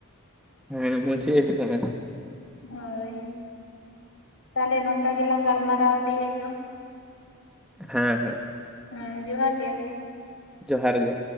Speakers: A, in the centre; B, on the left.
A: ᱦᱮᱸ ᱢᱩᱪᱟᱹᱫ ᱦᱤᱡᱩᱜ ᱠᱟᱱᱟ
B: ᱦᱳᱭ ᱛᱟᱦᱞᱮ ᱱᱚᱝᱠᱟ ᱜᱮᱞᱟᱝ ᱜᱟᱞᱢᱟᱨᱟᱣᱟ ᱛᱮᱦᱮᱧ ᱫᱚ
A: ᱦᱮᱸ ᱦᱮᱸ
B: ᱦᱮᱸ ᱡᱚᱦᱟᱨ ᱜᱮ
A: ᱡᱚᱦᱟᱨ ᱜᱮ